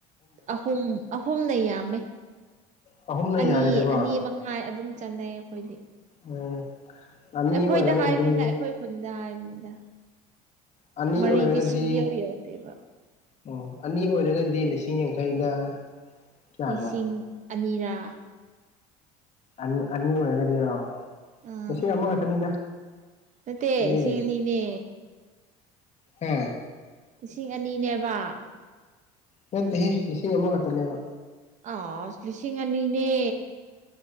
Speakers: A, on the right (about 45°); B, on the left (about 40°).
A: ꯑꯍꯨꯝ ꯑꯍꯨꯝꯅ ꯌꯥꯝꯃꯦ
B: ꯑꯍꯨꯝꯅ
A: ꯑꯅꯤ
B: ꯌꯥꯔꯦꯗꯀꯣ
A: ꯑꯅꯤ ꯃꯈ ꯍꯥꯏ ꯑꯗꯨꯝ ꯆꯠꯅꯩ ꯑꯩꯈꯣꯏꯗꯤ
B: ꯎꯝ ꯑꯅꯤ
A: ꯑꯩꯈꯣꯏꯗ
B: ꯑꯣꯏꯔꯒꯗꯤ
A: ꯍꯥꯏꯕꯅꯤꯅ ꯑꯩꯈꯣꯏ ꯈꯨꯟꯗ ꯍꯥꯏꯕꯅꯤꯗ
B: ꯑꯅꯤ
A: ꯃꯔꯤꯗꯤ
B: ꯑꯣꯏꯔꯒꯗꯤ
A: ꯁꯨꯡꯌꯧ ꯌꯧꯗꯦꯕ
B: ꯑꯣ ꯑꯅꯤ ꯑꯣꯏꯔꯒꯗꯤ ꯂꯤꯁꯤꯡ ꯌꯥꯡꯈꯩꯗ ꯀꯌꯥꯅꯣ
A: ꯂꯤꯁꯤꯡ ꯑꯅꯤꯔꯥ
B: ꯑꯅꯤ ꯑꯅꯤ ꯑꯣꯏꯔꯒꯗꯤꯔꯣ
A: ꯑꯥ
B: ꯂꯤꯁꯤꯡ ꯑꯃꯈꯛꯇꯅꯤꯗ
A: ꯅꯠꯇꯦ
B: ꯑꯅꯤ
A: ꯂꯤꯁꯤꯡ
B: ꯑꯣꯏꯔꯗꯤ
A: ꯑꯅꯤꯅꯦ
B: ꯍꯥ
A: ꯂꯤꯁꯤꯡ ꯑꯅꯤꯅꯦꯕ
B: ꯅꯠꯇꯦꯍꯦ ꯂꯤꯁꯤꯡ ꯑꯃꯈꯛꯇꯅꯦꯕ
A: ꯑꯥꯁ ꯂꯤꯁꯤꯡ ꯑꯅꯤꯅꯦ